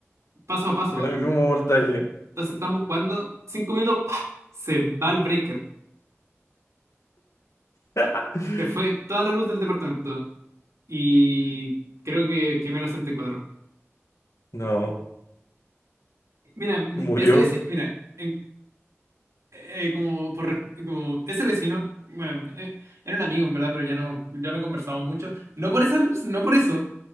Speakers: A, on the right; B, on the left.
A: paso a paso,
B: con
A: así.
B: el mismo voltaje.
A: Entonces estamos jugando, cinco minutos, ¡pah! se va el breaker.
B: <laughs>
A: Se fue toda la luz del departamento y creo que quemé la sesenta y cuatro
B: No,
A: Mira, mi-
B: y murió.
A: ese vecino, mira, en- eh, eh, como, por, como ese vecino, bueno, eh, era un amigo en verdad, pero ya no, ya no conversamos mucho. No por eso, no por eso,